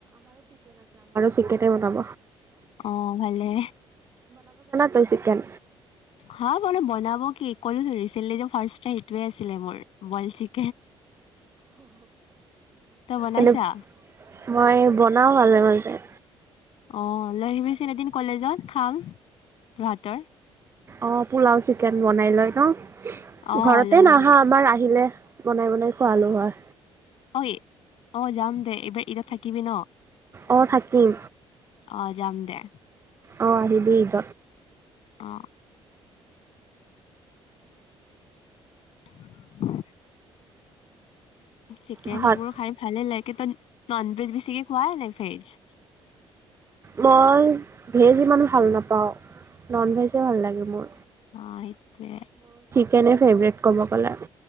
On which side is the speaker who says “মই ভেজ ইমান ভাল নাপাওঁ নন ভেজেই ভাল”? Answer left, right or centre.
Right